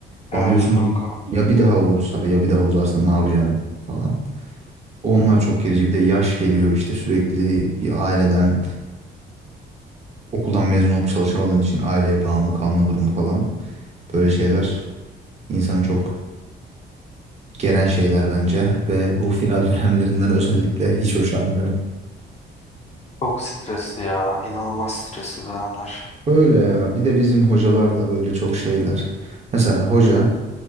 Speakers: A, on the left; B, on the right.
A: Evet
B: Lan diyorsun
A: kanka.
B: ya bir daha olursa ya bir daha uzarsa ne yapacağım falan. Onlar çok gerici bir de yaş geliyor işte sürekli bir aileden okuldan mezun olup çalışamadığın için aileye bağımlı kalma durumu falan. Böyle şeyler insanı çok geren şeyler bence ve bu final <laughs> dönemlerinden özellikle hiç hoşlanmıyorum.
A: Çok stresli ya. İnanılmaz stresli dönemler.
B: Öyle ya. Bir de bizim hocalar da böyle çok şeyler. Mesela hoca